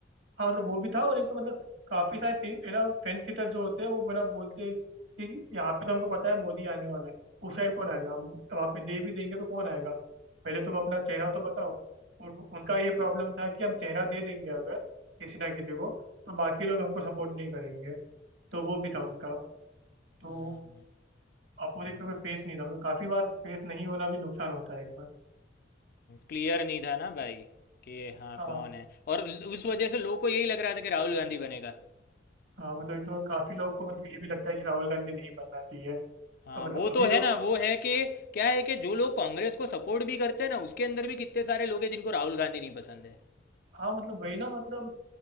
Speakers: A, on the right; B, on the left.
A: हाँ मतलब वो भी था और एक तो मतलब काफी सारे सी- है ना फेंस सीटर जो होते हैं वो बना बोलते हैं कि यहाँ पे तो हमको पता है मोदी आने वाला है उस साइड कौन आएगा हम तो वहाँ पे दे भी देंगे तो कौन आएगा पहले तुम अपना चेहरा तो बताओ और वो- उनका ये प्रॉब्लम था कि हम चेहरा दे देंगे अगर किसी ना किसी को तो बाकी लोग हमको सपोर्ट नहीं करेंगे तो
B: हाँ,
A: वो भी था उनका तो
B: हाँ, हाँ,
A: अपोजिट में कोई फेस नहीं था मतलब काफी बार फेस नहीं होना भी नुकसान होता है एक बार
B: क्लियर नहीं था ना भाई कि हाँ
A: हाँ
B: कौन है और ल- उस वजह से लोगों को यही लग रहा था कि राहुल गांधी बनेगा
A: हाँ मतलब एक तो काफी लोग को मतलब ये भी लगता है कि राहुल गांधी नहीं बनना चाहिए
B: हाँ
A: और मतलब
B: वो
A: अभी
B: तो है
A: जो
B: ना वो है कि क्या है कि जो लोग कांग्रेस को सपोर्ट भी करते हैं ना उसके अंदर भी कितने सारे लोग हैं जिनको राहुल गांधी नहीं पसंद है
A: हाँ मतलब वही ना मतलब